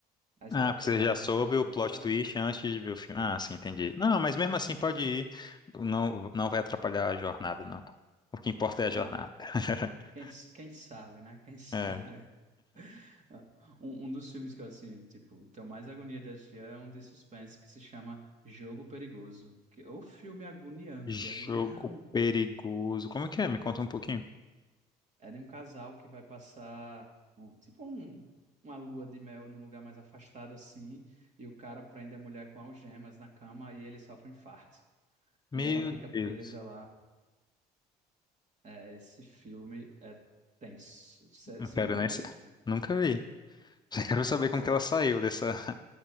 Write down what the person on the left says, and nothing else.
Ah, porque você já soube
o plot
twist antes de ver o filme. Ah, sim, entendi. Não, mas mesmo assim pode
ir. Não, não vai atrapalhar a jornada, não. O que importa é a
jornada. <laughs>
É.
Jogo
perigoso. Como é que é? Me conta um pouquinho.
Meu
Deus.
Não quero
nem
sa- Nunca vi. <laughs> Já quero saber como
que ela saiu dessa, <laughs>